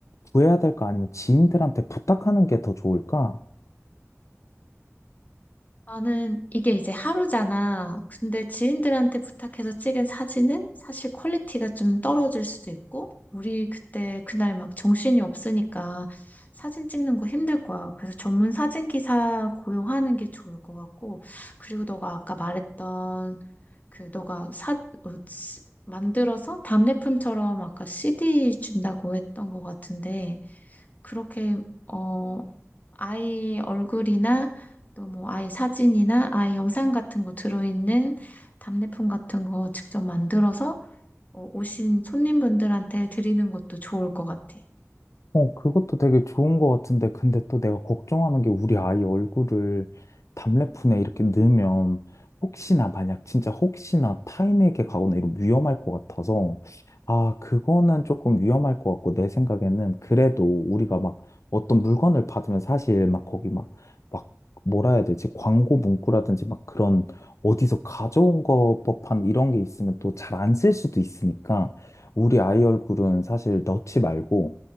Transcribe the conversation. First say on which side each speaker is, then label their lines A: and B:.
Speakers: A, on the left; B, on the left.
A: 구해야 될까? 아니면 지인들한테 부탁하는 게 더 좋을까?
B: 나는 이게 이제 하루잖아. 근데 지인들한테 부탁해서 찍은 사진은 사실 퀄리티가 좀 떨어질 수도 있고, 우리 그때 그날 막 정신이 없으니까 사진 찍는 거 힘들 거야. 그래서 전문 사진 기사 고용하는 게 좋을 것 같고, 그리고 너가 아까 말했던 그 너가 사, 어, 시- 만들어서 답례품처럼 아까 CD 준다고 했던 것 같은데, 그렇게 어, 아이 얼굴이나 또 뭐 아이 사진이나 아이 영상 같은 거 들어있는 답례품 같은 거 직접 만들어서 어, 오신 손님분들한테 드리는 것도 좋을 것 같아.
A: 어, 그것도 되게 좋은 것 같은데, 근데 또 내가 걱정하는 게 우리 아이 얼굴을 답례fun에 이렇게 넣으면 혹시나 만약 진짜 혹시나 타인에게 가거나 이런 위험할 것 같아서, 아, 그거는 조금 위험할 것 같고, 내 생각에는 그래도 우리가 막 어떤 물건을 받으면 사실 막 거기 막, 막 뭐라 해야 되지? 광고 문구라든지 막 그런 어디서 가져온 것 법한 이런 게 있으면 또 잘 안 쓸 수도 있으니까, 우리 아이 얼굴은 사실 넣지 말고,